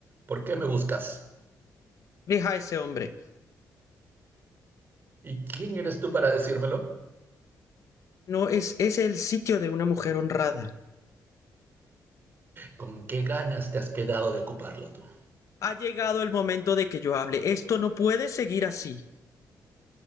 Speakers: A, on the right; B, on the left.
A: ¿Por qué me buscas?
B: Deja a ese hombre.
A: ¿Y quién eres tú para decírmelo?
B: No es, es el sitio de una mujer honrada.
A: ¿Con qué ganas te has quedado de ocuparlo tú?
B: Ha llegado el momento de que yo hable. Esto no puede seguir así.